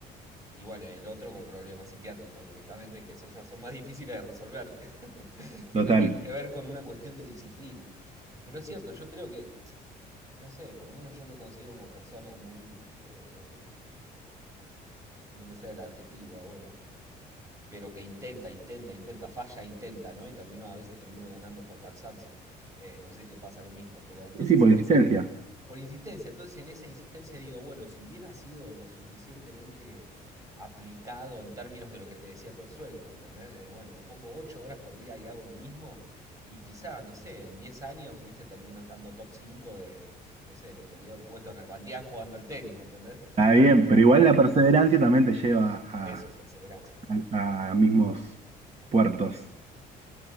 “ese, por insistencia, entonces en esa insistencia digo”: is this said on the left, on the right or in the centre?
Right